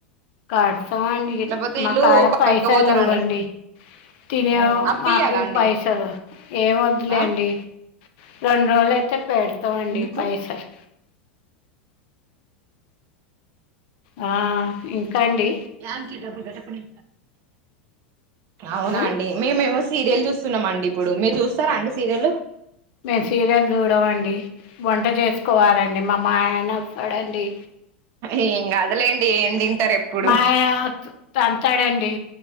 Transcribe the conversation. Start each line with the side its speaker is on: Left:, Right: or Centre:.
Left: కడతామండి
Right: లేకపోతే
Left: మా
Right: ఇల్లు
Left: కాడ పైసలు
Right: పట్టుకపోతారని
Left: లేవ్వండి తినే
Right: ఉమ్, అప్పియ్యాలా
Left: మాకు
Right: అండి
Left: పైసలు ఏం వద్లేండి
Right: ఆ
Left: రెండు రోజులు అయితే పెడతామండి
Right: ఎందుకు?
Left: పైసలు ఆ, ఇంకా అండి
Right: ఏకి డబ్బుల్ కట్ట పని అవునా
Left: ఉం?
Right: అండి మేమేమో సీరియల్ జూస్తున్నం అండి ఇప్పుడు మీరు చూస్తారా అండి సీరియల్లు
Left: మేము సీరియల్ చూడమండి వంట చేసుకోవాలండి మా మాయన అడండి
Right: ఏం కాదులేండి ఏం తిం ంటరు ఎప్పుడు
Left: మా ఆయన తంతాడండి